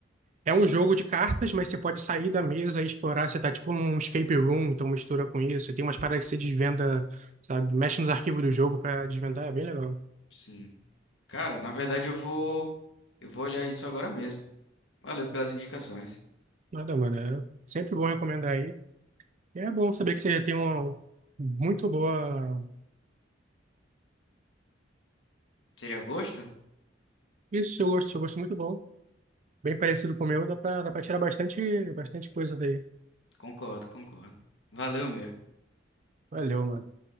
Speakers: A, on the right; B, on the left.
A: é um jogo de cartas, mas você pode sair da mesa e explorar. Você tá tipo num escape room, então mistura com isso. E tem umas paradas que você desvenda, sabe, mexe nos arquivos do jogo pra desvendar. É bem legal.
B: Sim. Cara, na verdade eu vou eu vou olhar isso agora mesmo. Valeu pelas indicações.
A: Nada, mano. É sempre bom recomendar É bom saber que você tem uma muito boa.
B: Seria gosto?
A: Isso, seu gosto, seu gosto é muito bom. Bem parecido com o meu, dá pra, dá pra tirar bastante, bastante coisa daí.
B: Concordo, concordo. Valeu mesmo.
A: Valeu, mano.